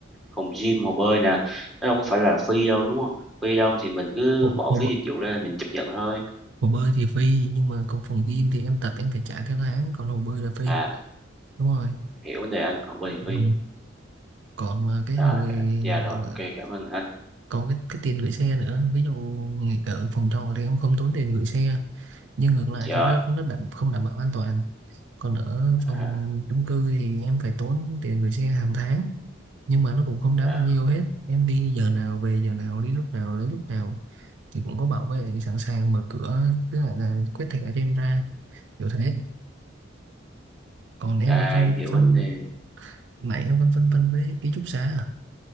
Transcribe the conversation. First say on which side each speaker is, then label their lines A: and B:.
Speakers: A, in the centre; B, on the right.
A: phòng gym, hồ bơi nè, nó đâu có phải là free đâu đúng không? Free đâu thì mình cứ
B: hồ,
A: bỏ
B: hồ,
A: phí dịch vụ ra mình chấp nhận thôi.
B: hồ bơi thì phi nhưng mà còn phòng gym thì em tập em phải trả theo tháng còn hồ bơi là phi
A: À,
B: đúng rồi
A: hiểu vấn đề anh, hồ bơi thì free.
B: ừ. còn mà cái
A: Rồi,
B: hồi
A: dạ rồi,
B: ờ,
A: ok, cảm ơn anh.
B: còn cái cái tiền gửi xe nữa ví dụ nghỉ ở phòng trọ thì em không tốn tiền gửi xe nhưng ngược lại
A: Dạ,
B: thì nó nó đảm, không đảm bảo an toàn còn ở phòng
A: à,
B: chung cư thì em phải tốn tiền gửi xe hàng tháng nhưng mà nó cũng không đáng
A: dạ.
B: bao nhiêu hết em đi giờ nào về giờ nào đi lúc nào lấy lúc nào thì cũng có bảo vệ sẵn sàng mở cửa tức là, là quét thẻ cho em ra kiểu thế còn em
A: À,
B: còn phân
A: em hiểu
B: phân
A: vấn đề.
B: nãy em còn phân vân với ký túc xá à.